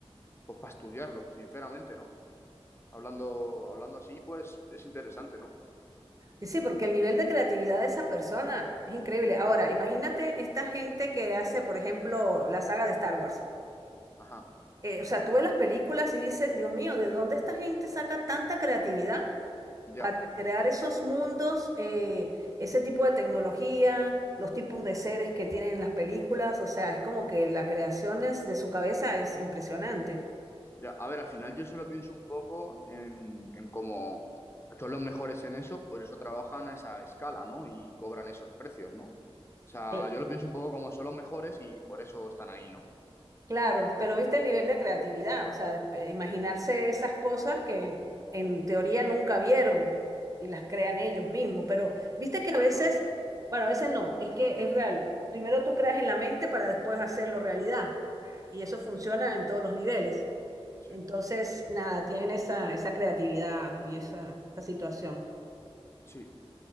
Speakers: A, on the left (about 25°); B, on the right (about 35°).
A: pues para estudiarlo, sinceramente, ¿no? Hablando, hablando así, pues es interesante, ¿no?
B: y Sí, porque el nivel de creatividad de esa persona es increíble. Ahora, imagínate esta gente que hace, por ejemplo, la saga de Star Wars.
A: Ajá,
B: Eh, o sea, tú ves las películas y dices, Dios mío, ¿de dónde esta gente saca tanta creatividad
A: ya.
B: para crear esos mundos, eh, ese tipo de tecnología, los tipos de seres que tienen las películas? O sea, es como que la creación es- de su cabeza es impresionante.
A: Ya, a ver, al final yo solo pienso un poco en, en cómo son los mejores en eso, por eso trabajan a esa escala, ¿no? Y cobran esos precios, ¿no? O sea,
B: Cl-
A: yo lo pienso un poco como son los mejores y por eso están ahí, ¿no?
B: Claro, pero viste el nivel de creatividad, o sea, de pe- imaginarse
A: Sí,
B: esas cosas que en teoría nunca vieron y las crean ellos mismos, pero viste
A: sí, sí,
B: que a
A: es
B: veces,
A: una locura.
B: bueno, a veces no, es que es real. Primero tú creas en la mente para después hacerlo realidad y eso funciona en todos los niveles.
A: Sí,
B: Entonces, nada, tienen esa, esa creatividad y esa, esa situación.
A: sí.